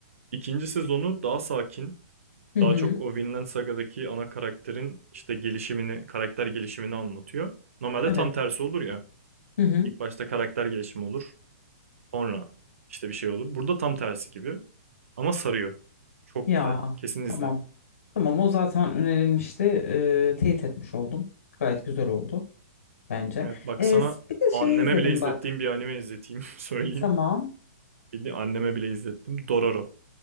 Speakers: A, on the right; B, on the left.
A: İkinci sezonu daha sakin.
B: Hı hı.
A: Daha çok o Vinland Saga'daki ana karakterin işte gelişimini, karakter gelişimini anlatıyor. Normalde
B: Evet.
A: tam tersi olur ya.
B: Hı hı.
A: İlk başta karakter gelişimi olur. Sonra işte bir şey olur. Burada tam tersi gibi. Ama sarıyor. Çok
B: Ya.
A: güzel. Kesin
B: Tamam.
A: izle.
B: Tamam o zaten önerilmişti. Ee, teyit etmiş oldum. Gayet güzel oldu bence.
A: Evet bak
B: Ee,
A: sana
B: bir de
A: anneme
B: şeyi izledim
A: bile izlettiğim
B: bak.
A: bir anime izleteyim <laughs> söyleyeyim.
B: Tamam.
A: Bildiğin anneme bile izlettim. Dororo.